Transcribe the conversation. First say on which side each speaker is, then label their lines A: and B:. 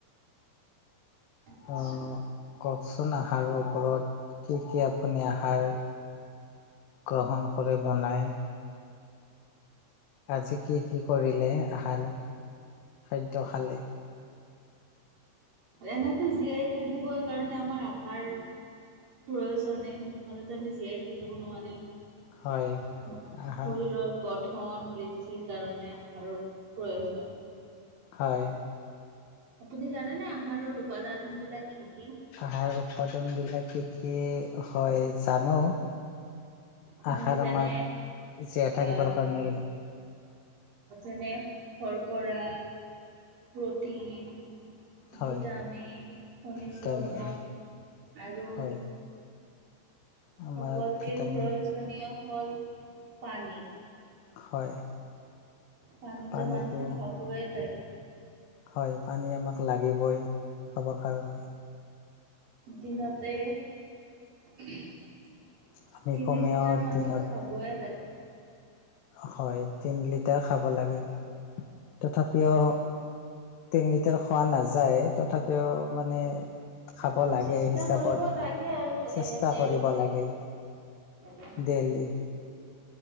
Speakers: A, on the right; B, on the left.
A: আচ্ছা,
B: আহ কওকচোন আহাৰৰ ওপৰত কি কি আপুনি আহাৰ গ্ৰহণ কৰে বনাই আজি কি কি কৰিলে আহাৰ খাদ্য খালে?
A: এনেতো জীয়াই থাকিবৰ কাৰণে আমাৰ আহাৰ প্ৰয়োজনে নহলেতো আমি জীয়াই থাকিব নোৱাৰিম।
B: হয় আহাৰ
A: শৰীৰৰ ক ধন বৃদ্ধিৰ কাৰণে আহাৰৰ প্ৰয়োজন।
B: হয়।
A: আপুনি জানেনে আহাৰৰ উপাদান বিলাক কি কি?
B: আহাৰ উৎপাদনবিলাক কি কি হয় জানো।
A: মানে
B: আশাৰ
A: যেনে
B: আমাক জীয়াই থাকিবৰ
A: আহ
B: কাৰণে
A: যেনে শৰ্কৰা প্ৰটিন।
B: হয়
A: ভিটামিন খনিজ
B: ভিটামিন
A: লগন। আৰু
B: হয় আমাক
A: চবতকৈ
B: ভিটামিন
A: প্ৰয়োজনীয় হল পানী।
B: হয়
A: পানীতো
B: পানীটো
A: মানুহে খাবয়ই লাগে।
B: হয় পানী আমাক লাগিবই খাবৰ কাৰণে।
A: দিনতে তিনি
B: আমি কমেও
A: লিটাৰ মানটো
B: দিনত
A: খাবয়ে লাগে।
B: হয় তিন লিটাৰ খাব লাগে তথাপিও তিনি লিটাৰ খোৱা নাযায় তথাপিও মানে খাব
A: উম,
B: লাগে
A: চেষ্টা
B: হিচাপত
A: কৰিব লাগে আৰু
B: চেষ্টা
A: এ ডেৰ
B: কৰিব
A: লিটাৰ
B: লাগে।
A: দুই লিটাৰ লাগে।
B: দেলি